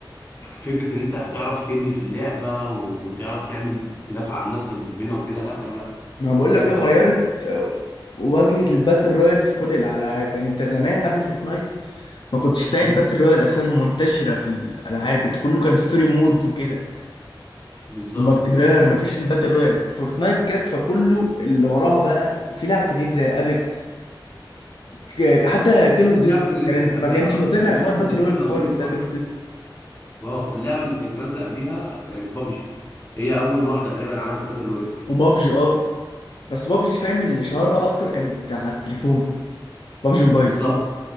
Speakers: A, on the left (about 25°); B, on the left (about 65°).
A: فكرة ان انت هتعرف تبني في اللعبة وتعرف تعمل تدافع عن نفسك بالبناء وكده لا لا لا
B: ما بقول
A: بجد
B: لك إيه، غيرت
A: ه-
B: آه، واجهة الباتل رويال في كل الألعاب يعني أنت زمان قبل فورتنايت ما كنتش تلاقي
A: مم،
B: الباتل رويال أساسا منتشرة في الألعاب أنت كله كان ستوري مود وكده
A: بالظبط
B: والمالتي بلاير مفيش الباتل رويال فورتنايت كانت فكله اللي وراها بقى في لعب كتير زي ابيكس ك- حتى كيل
A: بس
B: اوف
A: اللعبة
B: ديوتي
A: اللي
B: كانت
A: نزلت قبليها
B: ما كانتش
A: بقى
B: متجهه
A: بما اننا
B: لحوار
A: احنا
B: باتل
A: الاتنين
B: رويال
A: هاويين
B: خالص
A: الحوار
B: ده كيل
A: ده
B: اوف ديوتي
A: اه اللعبة اللي كانت نازلة قبليها كانت بابجي هي اول واحدة غالبا عملت باتل رويال
B: وبابجي اه بس بابجي فاهم اللي شهرها اكتر كانت على التليفون بابجي موبايل
A: بالظبط